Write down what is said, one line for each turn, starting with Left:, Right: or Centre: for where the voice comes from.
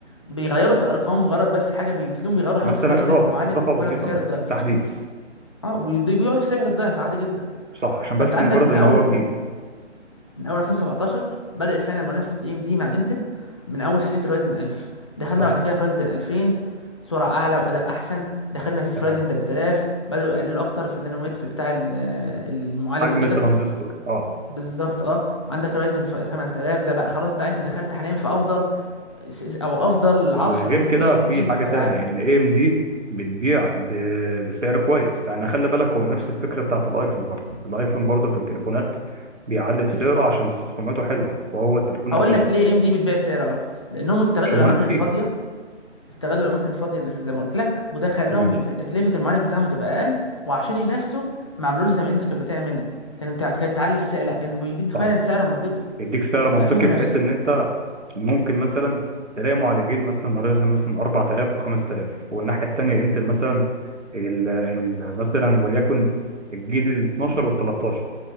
Left: بيغيروا في الأرقام مجرد بس حاجة بي- بتلاقيهم بيغيروا
Right: مثلا
Left: حاجة بسيطة جدا
Right: اضافه
Left: في المعالج
Right: اضافه
Left: ويبيعوا
Right: بسيطه
Left: لك بسعر
Right: مثلا
Left: الضعف
Right: تحديث
Left: أه وبيبيعوا سعر الضعف عادي جدا
Right: صح عشان
Left: فأنت
Right: بس
Left: عندك
Right: مجرد
Left: من
Right: ان
Left: أول
Right: هو جديد
Left: من اول 2017 بدات فعلا منافسه اي ام دي مع انتل من اول سلسله رايزن 1000 دخلنا
Right: صح
Left: بعد كده في رايزن 2000 سرعه اعلى واداء احسن دخلنا في
Right: تمام
Left: رايزن 3000 بداوا يقللوا اكتر في النانومتر بتاع ال- المعالج
Right: حجم
Left: وكده
Right: الترانزستور اه
Left: بالظبط اه عندك رايزن 5000 ده بقى خلاص بقى انت دخلت حاليا في افضل س- س- او افضل عصر
Right: وغير
Left: من
Right: كده
Left: اي ام
Right: في
Left: دي
Right: حاجه
Left: في الالعاب
Right: تاني ان اي ام دي بتبيع ب... بسعر كويس يعني خلي بالك هو نفس الفكره بتاعت الايفون برضه الايفون برضه في التليفونات بيعلي في سعره عشان سمعته حلوه وهو التليفون
Left: هقول
Right: قديم
Left: لك ليه اي ام دي بتبيع سعر ارخص لانهم استغلوا
Right: عشان
Left: الاماكن
Right: منافسين
Left: الفاضيه استغلوا الاماكن الفاضيه اللي زي ما قلت لك وده خلاهم
Right: تمام
Left: يك- تكلفه المعالج بتاعهم تبقى اقل وعشان ينافسوا ما عملوش زي ما انت كانت بتعمل كان بتاع كانت تعلي السعر لا كان بيديك
Right: صح
Left: فعلا سعر منطقي
Right: يديك سعر
Left: فبقى
Right: منطقي
Left: في منافسه
Right: بحيث ان انت ممكن مثلا تلاقي معالجين مثلا ريزن مثلا 4000 و5000 والناحية التانية انت مثلا ال ال مثلا وليكن الجيل ال 12 وال 13